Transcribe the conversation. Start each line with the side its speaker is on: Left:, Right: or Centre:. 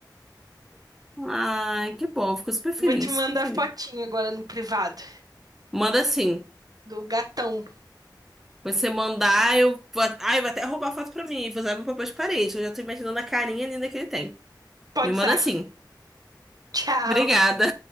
Centre: Ai, que bom. Fico super feliz,
Right: Vou te mandar
Centre: super feliz.
Right: fotinho agora no privado
Centre: Manda assim.
Right: do gatão.
Centre: Quando você mandar, eu vou... Ai, vai até roubar a foto pra mim e vou usar meu papel de parede. Eu já tô imaginando a carinha linda que ele tem.
Right: Pode
Centre: Me manda
Right: usar.
Centre: assim.
Right: Tchau,
Centre: Obrigada.